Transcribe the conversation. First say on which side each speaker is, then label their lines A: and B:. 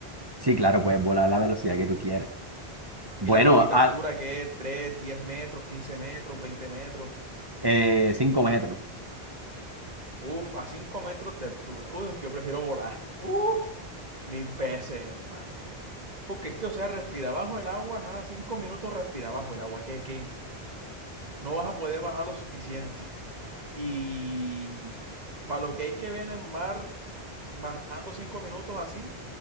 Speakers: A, on the right (about 25°); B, on the right (about 40°).
A: Sí, claro, puedes volar a la velocidad que tú quieras. Bueno,
B: Y la poquita
A: a
B: altura que es 3, 10 metros, quince metros, 20 metros.
A: eh, cinco metros.
B: Uf, a 5 metros de altura. Uf, yo prefiero volar. Uf, mil veces, hermano. Porque es que, o sea, respira bajo el agua, ajá, 5 minutos respira bajo el agua. ¿Qué, qué? No vas a poder bajar lo suficiente. Y para lo que hay que ver en el mar. bajando 5 minutos así,